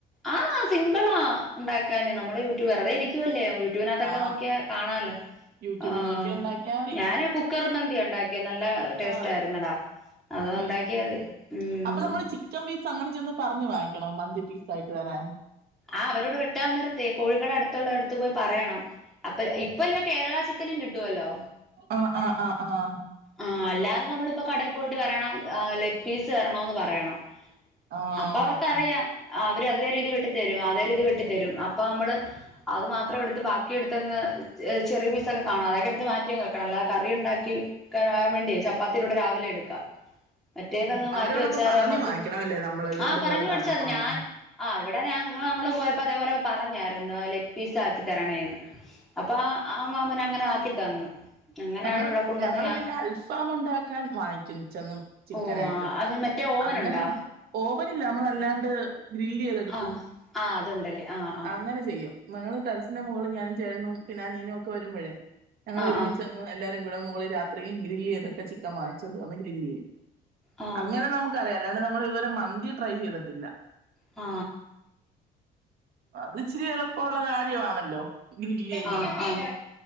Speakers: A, in the centre; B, on the right.
A: ആഹ് സിമ്പിളാ ഉണ്ടാക്കാന് നമ്മള് യൂട്യൂബ് വെറുതെ ഇരിക്കുവല്ലേ. യൂട്യൂബിനകത്തൊക്കെ
B: ആ
A: നോക്കിയ കാണല്ലോ
B: യൂട്യൂബിൽ
A: ഓം
B: നോക്കി ഉണ്ടാക്കിയാ മതി
A: ഞാൻ കുക്കർ ഉണ്ടാക്കിയത് നല്ല ടേസ്റ്റ്
B: ആ
A: ആയിരുന്നെടാ. അത്
B: ഉം
A: ഉണ്ടാക്കിയാതി
B: ഉം ഉ
A: ഉം
B: അപ്പൊ നമ്മള് ചിക്കൻ പീസ് അങ്ങനെ ചന്ന് പറഞ്ഞു വാങ്ങി ക്കണോ മന്തിപീസ് ആയിട്ട് വരാൻ.
A: ആ അവരോട് വെട്ടന്നരത്തെേ കോഴികള അടുത്തുള്ള അടുത്ത് പോയി പറയണം അപ്പൊ എല്ലാ കേരള ചിക്കനും കിട്ടുവല്ലോ
B: അഹ് ആ ആ ആഹ്
A: ആ അല്ലാതെ നമ്മളിപ്പോ കടേൽ പോയിട്ട് പറയണം ആ ലെഗ് പീസ് തരണന്ന് പറയണം.
B: ആ
A: അപ്പൊ അവർക്കറിയാം
B: ആ
A: അവര് അതേ രീതി വെട്ടി തരും അതേ രീതി വെട്ടി തരും അപ്പ നമ്മള് അത് മാത്രം എടുത്ത് ബാക്കിടുതങ്ങ് ചെ ചെറിയ പീസാ കാണാതൊക്കെ എടുത്ത് മാറ്റിെയങ്‌ വെക്കണം. അല്ലതെ കറി ഉണ്ടാകി കഴുവ വേണ്ടി ചപ്പാത്തീടെകൂടെ രാവിലെടുക്കാം. മറ്റേതങ്ങ്
B: ഉം, ഉം. അവരോടപ്പൊ
A: മാറ്റി വെച്ചാല്
B: പറഞ്ഞു
A: നമ്മക്ക്
B: വാങ്ങിക്കണമല്ലേ നമ്മള് ഇന്നതുപോലെ
A: ആഹ പറഞ്ഞു മേടിച്ച
B: തരണമെന്ന്
A: അത് ഞാൻ ആ് ഇവിടെ ങ്ങള് പോയപ്പോ അതെപോലെ പറഞ്ഞാരുന്ന് ലെഗ്പീസാക്കി തരണേന്ന് അപ്പ് അപ്പ ആ മാമനങ്ങനെ ആക്കി തന്നു. അങ്ങനെയാണ്
B: നമ്മള്
A: ഇവിടെ കൊണ്ടുവന്ന്
B: ഞങ്ങള്
A: ഞാൻ
B: പിന്നെ അൽഫാം ഉണ്ടാക്കാൻ വാങ്ങിക്കും ചെന്നും ചിക്കനായിട്ട്.
A: ഓ അത് മറ്റേ ഓവനുണ്ടോ
B: അങ്ങനെ ഓവനില്ല നമ്മളല്ലാണ്ട് ഗ്രില്ല് ചെയ്തെടുക്കും.
A: ആ ആ അതുണ്ടല്ലേ ആ ആ
B: അങ്ങനെ
A: ആ
B: ചെയ്യും. ഞങ്ങള് ടെറസിന്റെ മുകളി ഞാനും ചേട്ടനും പിന്നെ അനിയനൊക്കെ വരുമ്പഴേ ഞങ്ങൾ
A: ആഹ്
B: ഒരുമിച്ചങ് എല്ലാരും കൂടെ മുകളി രാത്രി ഗ്രില്ലിതൊക്കെ ചിക്കൻ വാങ്ങിച്ചുകൊണ്ട്വന്ന് ഗ്രില്ല് ചെയ്യും.
A: ആഹ്
B: അങ്ങനെ നമുക്കറിയല്ലാണ്ട് നമ്മൾ ഇതുവരെ മന്തി ട്രൈ ചെയ്തിട്ടില്ല.
A: ആ
B: അത് ഇച്ചിരി എളുപ്പമുള്ള കാര്യണല്ലോ? ഗ്രില്ല് ചെയ്യുന്നെ
A: ആഹ് ആഹ്